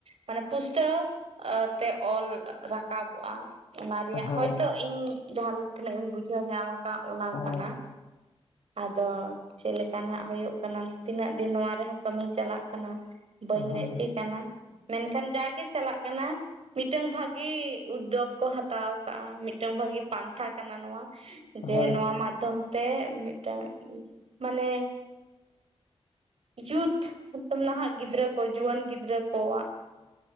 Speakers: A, on the right; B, on the left.
A: ᱢᱟᱱᱮ ᱯᱩᱥᱴᱟᱹᱣ ᱛᱮ ᱚᱞ ᱨᱟᱠᱟᱵᱚᱜᱼᱟ ᱚᱱᱟ ᱨᱮᱭᱟᱜ
B: ᱦᱳᱭ
A: ᱦᱚᱭᱛᱚ ᱤᱧ ᱡᱟᱦᱟᱸᱞ ᱛᱤᱱᱟᱹᱜ ᱤᱧ ᱵᱩᱡᱷᱟᱹᱣ ᱧᱟᱢ ᱟᱠᱟᱫ ᱚᱱᱟ
B: ᱦᱳᱭ
A: ᱠᱟᱱᱟ ᱟᱫᱚ ᱪᱮᱫ ᱞᱮᱠᱟ ᱱᱟᱜ ᱦᱩᱭᱩᱜ ᱠᱟᱱᱟ ᱛᱤᱱᱟᱹᱜ ᱫᱤᱱ ᱱᱚᱣᱟ ᱨᱮᱦᱚᱸ ᱠᱟᱹᱢᱤ ᱪᱟᱞᱟᱜ ᱠᱟᱱᱟ ᱵᱟᱹᱧ
B: ᱦᱳᱭ
A: ᱞᱟᱹᱭ ᱠᱮ ᱠᱟᱱᱟ ᱢᱮᱱᱠᱷᱟᱱ ᱡᱟᱜᱮ ᱪᱟᱞᱟᱜ ᱠᱟᱱᱟ ᱢᱤᱫᱴᱟᱝ ᱵᱷᱟᱹᱜᱤ ᱩᱫᱽᱫᱳᱜᱽ ᱠᱚ ᱦᱟᱛᱟᱣ ᱟᱠᱟᱫᱼᱟ ᱢᱤᱫᱴᱟᱝ ᱵᱷᱟᱹᱜᱤ ᱯᱟᱱᱛᱷᱟ ᱠᱟᱱᱟ ᱱᱚᱣᱟ ᱡᱮ
B: ᱦᱳᱭ ᱦᱳᱭ ᱦᱳᱭ ᱦᱳᱭ
A: ᱱᱚᱣᱟ ᱢᱟᱫᱽᱫᱷᱚᱢ ᱛᱮ ᱢᱤᱫᱴᱟᱝ ᱢᱟᱱᱮ ᱭᱩᱛᱷ ᱦᱤᱛᱚᱢ ᱱᱟᱦᱟᱜ ᱜᱤᱫᱽᱨᱟᱹ ᱠᱚ ᱡᱩᱣᱟᱹᱱ ᱜᱤᱫᱽᱨᱟᱹ ᱠᱚᱣᱟᱜ